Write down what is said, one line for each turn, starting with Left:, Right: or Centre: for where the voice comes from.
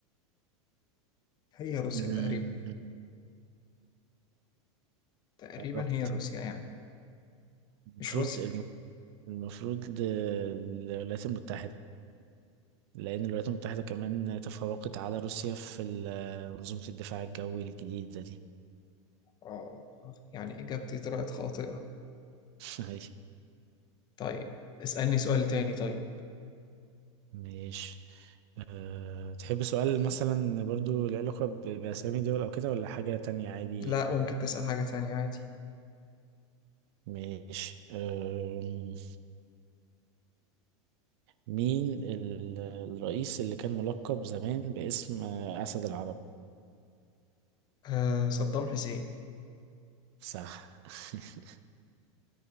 Left: هي روسيا
Right: مم،
Left: تقريبا تقريبا
Right: قربت
Left: هي روسيا يعني
Right: المفروض
Left: مش روسيا
Right: الم- المفروض د- الولايات المتحدة لأن الولايات المتحدة كمان تفوقت على روسيا في ال- آه، منظومة الدفاع الجوي الجديدة دي
Left: آه يعني إجابتي طلعت خاطئة
Right: <laughs> أيوة.
Left: طيب اسألني سؤال تاني طيب
Right: ماشي أه تحب سؤال مثلا برضو له علاقة ب- بأسامي دول أو كده ولا حاجة تانية عادي
Left: لا ممكن تسأل حاجة تانية عادي
Right: ماشي أم، مين ال- الرئيس اللي كان ملقب زمان باسم آه، أسد العرب
Left: آه صدام حسين
Right: صح <laughs>